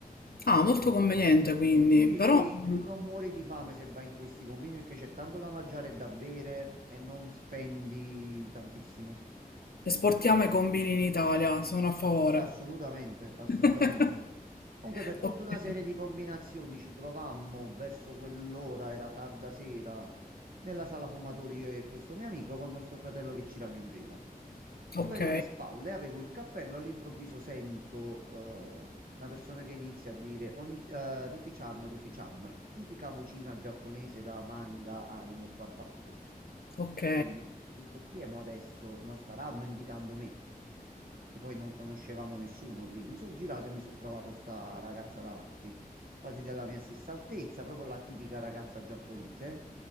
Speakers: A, on the left; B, on the right.
A: Ah, molto conveniente quindi,
B: Sì,
A: però
B: sì,
A: Mhm.
B: lì non muori di fame se vai in questi convini perché c'è tanto da mangiare e da bere e non spendi tantissimo.
A: esportiamo i combini in Italia, sono a favore.
B: Sì, assolutamente, assolutamente.
A: <laughs>
B: Comunque per tutta
A: Ok,
B: una serie di combinazioni ci trovammo verso quell'ora, era tarda sera, nella sala fumatori io e questo mio amico con nostro fratello che ci raggiungeva.
A: ok,
B: Io ero di spalle, avevo il cappello, all'improvviso sento eh, una persona che inizia a dire ogni, eh, Rufi-chan, Rufi-chan, tipica vocina giapponese da manga, anime o quant'altro.
A: ok.
B: Quindi ho detto chi è mo adesso? Non staranno indicando me che poi non conoscevamo nessuno lì. Mi sono girato e mi sono trovato sta ragazza davanti, quasi della mia stessa altezza, proprio la tipica ragazza giapponese,